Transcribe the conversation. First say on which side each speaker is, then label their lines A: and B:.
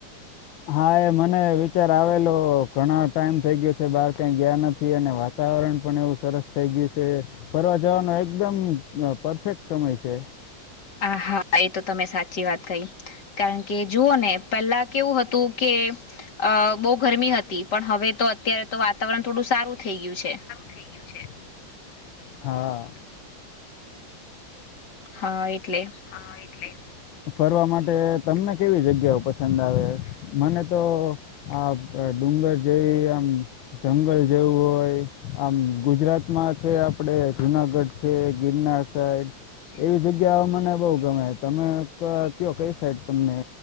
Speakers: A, on the left (about 80°); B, on the left (about 60°).
A: હા એ મને વિચાર આવેલો. ઘણાં ટાઈમ થઈ ગ્યો સે બાર કઈ ગ્યા નથી અને વાત તાવરણ પણ એવું સરસ થઈ ગ્યું સે. ફરવા જવાનો એકદમ મઅ-પરફેક્ટ સમય સે.
B: આ હા. હા એતો તમે સાચી વાત કહી. કારણ કે, જુઓને પેલ્લા કેવું હતું કે અ બો ગરમી હતી. પણ હવે તો અત્યારે તો વાતાવરણ થોડું સારું થઈ ગ્યું છે.
A: થઈ ગ્યું છે. હા.
B: હા એટલે.
A: હા એટલે. ફરવા માટે.. તમને કેવી જગ્યાઓ પસંદ આવે? મને તો... આ ડુંગર જેવી આમ જંગલ જેવું હોય, આમ ગુજરાતમાં છે, આપડે જુનાગઢ છે, ગિરનાર <unintelligible> એવી જગ્યાઓ મને બોવ ગમે તમે ક કયો કઈ સાઈડ તમને